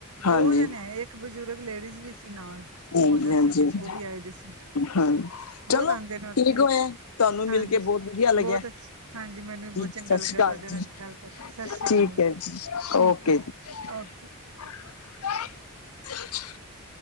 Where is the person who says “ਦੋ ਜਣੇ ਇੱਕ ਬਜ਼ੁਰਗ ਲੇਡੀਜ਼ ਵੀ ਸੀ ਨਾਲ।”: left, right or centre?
Right